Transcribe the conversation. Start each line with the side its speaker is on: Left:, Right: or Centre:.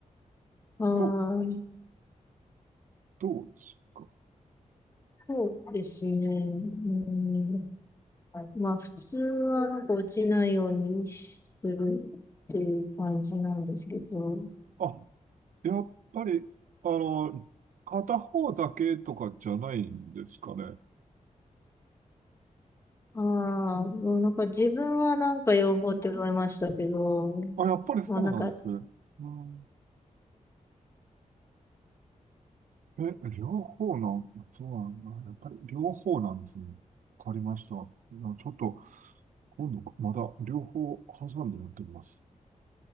Left: あー
Right: どう、どうですか
Left: そうですね。うん、まあ、普通はなんか落ちないようにするっていう感じなんですけど、
Right: あ、やっぱり、あのー片方だけとかじゃないんですかね。
Left: ああ、もうなんか自分はなんか養蜂って言われましたけど、
Right: あ、やっぱりそうなんですね。
Left: まあなんか、
Right: うんえ、両方の、そうなんだ。やっぱり両方なんですね。わかりました。なちょっと、今度まだ両方挟んでやってみます。